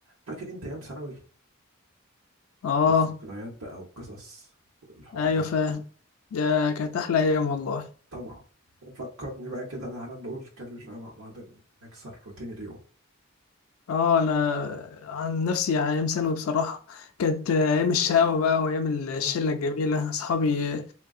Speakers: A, on the right; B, on the left.
A: فاكر انت ايام ثانوي
B: اه
A: والذكريات بقى والقصص والحوارات
B: ايوه فاهم يا كانت احلى ايام والله
A: طبعا فكرني بقى كده تعالى نقول نتكلم شويه مع بعض نكسر روتين اليوم
B: اه انا عن نفسي يعني ايام ثانوي بصراحه كانت ايام الشقاوه بقى وايام الشله
A: مم.
B: الجميله اصحابي
A: مم.